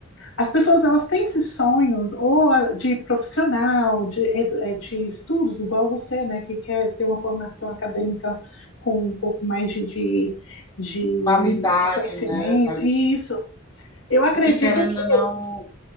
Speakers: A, on the left; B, on the left.
A: as pessoas elas têm esses sonhos ou de profissional, de, de estudos, igual você, né, que quer ter uma formação acadêmica com um pouco mais de, de, de
B: Qualidade,
A: reconhecimento.
B: né? Mas
A: E isso, eu acredito
B: porque querendo
A: que.
B: ou não,